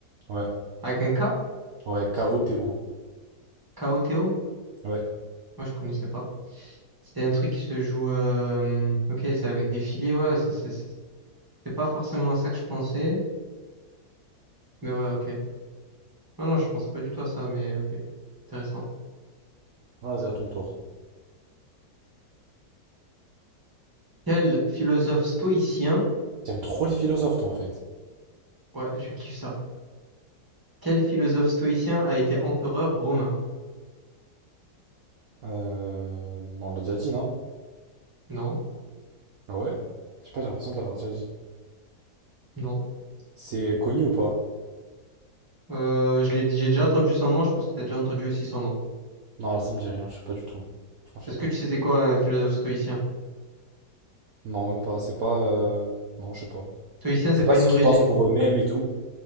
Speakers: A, on the right; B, on the right.
A: Ouais.
B: avec un K,
A: Ouais, K-O-T-O.
B: K-O-T-O.
A: Ouais.
B: Moi, je connaissais pas. C'était un truc qui se joue. euh, Ok, c'est avec des filets, ouais. C'est c'est- c'est- c'est pas forcément à ça que je pensais. Mais ouais, ok. Non, non, je pensais pas du tout à ça, mais ok. Intéressant.
A: Vas-y, à ton tour.
B: Quel philosophe stoïcien.
A: T'aimes trop les philosophes, toi, en fait.
B: Ouais, je kiffe ça. Quel philosophe stoïcien a été empereur romain?
A: Euh, On l'a déjà dit, non?
B: Non,
A: Ah ouais? Je sais pas, j'ai l'impression de l'avoir déjà dit.
B: non.
A: C'est connu ou pas?
B: Euh, je l'ai, j'ai déjà entendu son nom, je pense que t'as déjà entendu aussi son nom.
A: Non, là, ça me dit rien. Je sais pas du tout. Franchement, je
B: Est-ce
A: sais pas.
B: que tu sais c'est quoi un philosophe stoïcien?
A: Non, même pas. C'est pas. euh, Non, je sais pas.
B: Stoïcien,
A: C'est
B: c'est pas
A: pas ceux
B: une origine.
A: qui pensent pour eux-mêmes et tout.